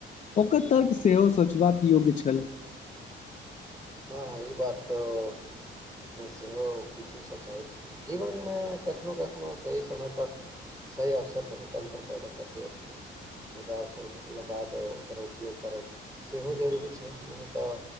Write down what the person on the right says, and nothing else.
हँ ई बात तऽ सेहो किछु सच्चाइ छै जीवनमे कखनो कखनो सही समय पर सही अवसर बहुत अन्तर पैदा करत छै मुदा अवसर भेटला बाद ओकर उपयोग करब सेहो जरूरी छै नहि तऽ